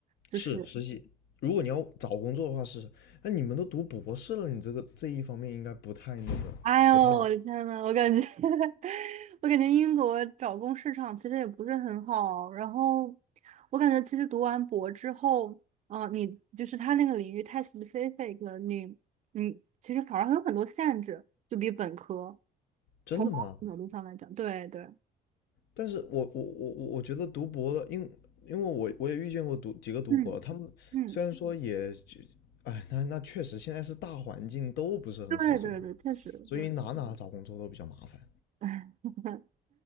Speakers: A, on the right; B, on the left.
A: 就是
B: 是实习，如果你要找工作的话是，那你们都读博士了，你这个这一方面应该不太那个不太
A: 哎呦，我的天呐，我感觉，<laughs> 我感觉英国找工市场其实也不是很好。然后，我感觉其实读完博之后，嗯、你就是他那个领域太 specific 了，你你其实反而会有很多限制，就比本科
B: 真的吗？
A: 从某种角度上来讲，对对，
B: 但是我我我我我觉得读博的，因因为我我也遇见过读几个读博的他们虽然说也就，
A: 嗯嗯，
B: 哎，那那确实现在是大环境都不是很好，
A: 对对对，
B: 所以
A: 确实对。
B: 所以哪哪找工作都比较麻烦。
A: <laughs>